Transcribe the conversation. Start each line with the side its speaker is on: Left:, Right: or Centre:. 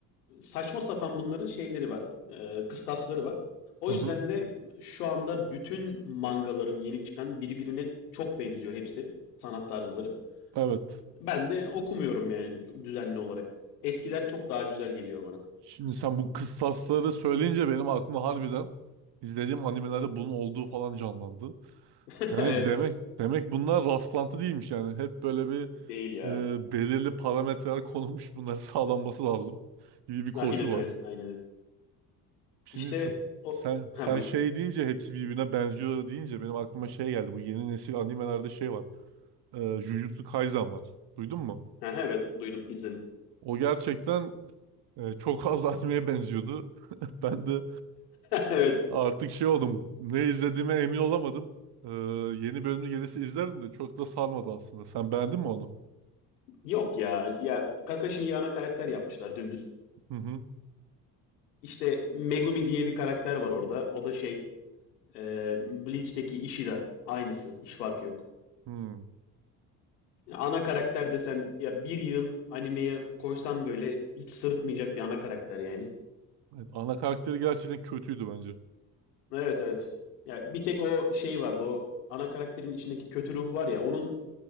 Left: saçma sapan bunların şeyleri var, e, kıstasları var. O
Right: Hı hı.
Left: yüzden de şu anda bütün mangaların yeni çıkan birbirine çok benziyor hepsi sanat tarzları.
Right: Evet.
Left: Ben de okumuyorum yani düzenli olarak. Eskiler çok daha güzel geliyor bana.
Right: Şimdi sen bu kıstasları söyleyince benim aklımda harbiden izlediğim animelerde bunun olduğu falan canlandı.
Left: <laughs>
Right: Demek
Left: Evet,
Right: demek demek bunlar rastlantı değilmiş yani. Hep böyle bir
Left: değil ya.
Right: e, belirli parametreler konulmuş bunların sağlanması lazım gibi bir koşul
Left: Aynen öyle.
Right: var.
Left: Aynen öyle.
Right: Şimdi
Left: İşte
Right: sen,
Left: o
Right: sen
Left: ha
Right: sen
Left: buyur.
Right: şey deyince hepsi birbirine benziyor deyince benim aklıma şey geldi. Bu yeni nesil animelerde şey var. E, Jujutsu Kaisen var. Duydun mu?
Left: Ha, evet duydum izledim.
Right: O gerçekten e, çok <laughs> az animeye benziyordu. <laughs> Ben de
Left: <laughs> Evet.
Right: artık şey oldum. Ne izlediğime emin olamadım. E, yeni bölümü gelirse izlerim de çok da sarmadı aslında. Sen beğendin mi onu?
Left: Yok ya. Ya Kakashi'yi ana karakter yapmışlar dümdüz.
Right: Hı hı.
Left: İşte Megumi diye bir karakter var orada. O da şey e, Bleach'teki Ishida. Aynısı. Hiç farkı yok.
Right: Hı.
Left: Ya ana karakter desen ya bir yığın animeye koysan böyle hiç sırıtmayacak bir ana karakter yani.
Right: Evet, ana karakteri gerçekten kötüydü bence.
Left: Evet evet. Ya bir tek o şey vardı o ana karakterin içindeki kötü ruh var ya onun